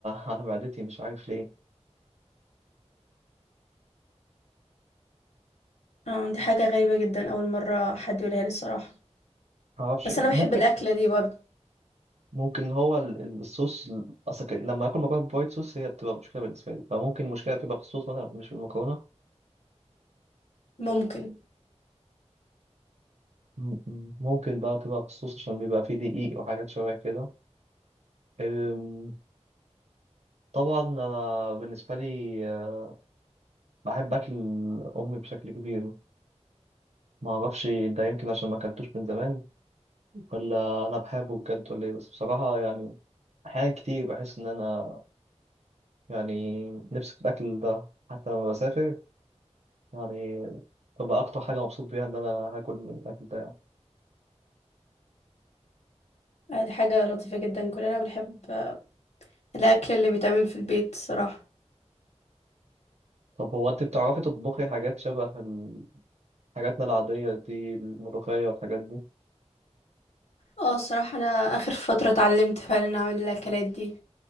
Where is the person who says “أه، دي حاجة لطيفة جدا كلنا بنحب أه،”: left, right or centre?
Left